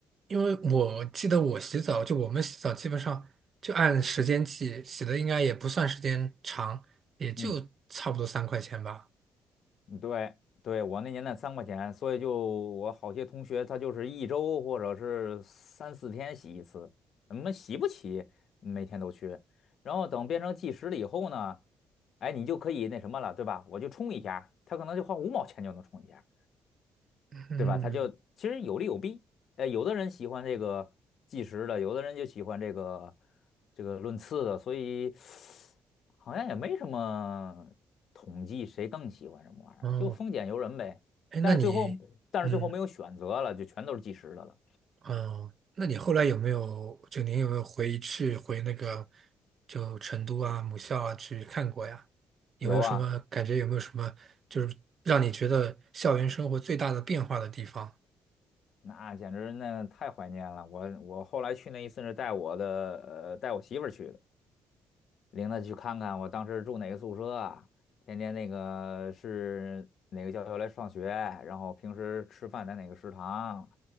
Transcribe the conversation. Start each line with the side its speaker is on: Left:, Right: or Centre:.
Right: 因为我记得我洗澡，就我们洗澡基本上就按时间计，洗的应该也不算时间长，也就差不多三块钱吧。
Left: 嗯。对对，我那年代三块钱，所以就我好些同学他就是一周或者是三四天洗一次，我么洗不起，每天都去。然后等变成计时了以后呢，哎，你就可以那什么了，对吧？我就充一下，他可能就花五毛钱就能充一下。
Right: 嗯，
Left: 对吧？他就其实有利有弊。呃，有的人喜欢这个计时的，有的人就喜欢这个这个论次的，所以好像也没什么统计谁更喜欢什么玩意儿，
Right: 哦，
Left: 就丰俭由人呗。
Right: 哎，
Left: 但是最后，
Right: 那你，
Left: 但是最后没有选择了，
Right: 嗯，
Left: 就全都是计时的了。
Right: 哦，那你后来有没有，就您有没有回去回那个，就成都啊、母校啊去看过呀？有没有什么感觉？
Left: 有啊，
Right: 有没有什么就是让你觉得校园生活最大的变化的地方？
Left: 那简直那太怀念了。我我后来去那一次是带我的呃带我媳妇儿去的。领他去看看我当时住哪个宿舍啊，天天那个是哪个教学来上学，然后平时吃饭在哪个食堂，